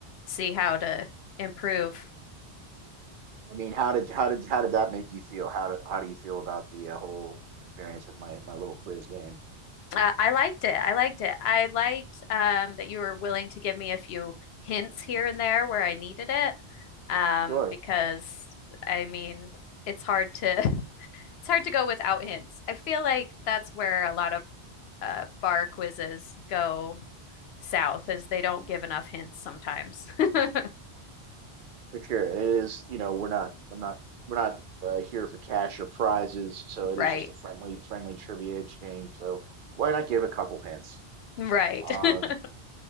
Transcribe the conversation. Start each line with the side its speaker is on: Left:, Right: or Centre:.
Left: see how to improve.
Right: I mean, how did how did how did that make you feel? How do, how do you feel about the uh, whole experience with my my little quiz game?
Left: Uh, I liked it. I liked it. I liked um, that you were willing to give me a few hints here and there where I needed it. um,
Right: Sure,
Left: because I mean, it's hard to <laughs> it's hard to go without hints. I feel like that's where a lot of uh, bar quizzes go south, is they don't give enough hints sometimes. <laughs>
Right: for sure. And It is, you know, we're not I'm not we're not uh, here for cash or prizes, so
Left: Right.
Right: it is just a friendly friendly trivia exchange. So why not give a couple hints?
Left: Right.
Right: Um,
Left: <laughs>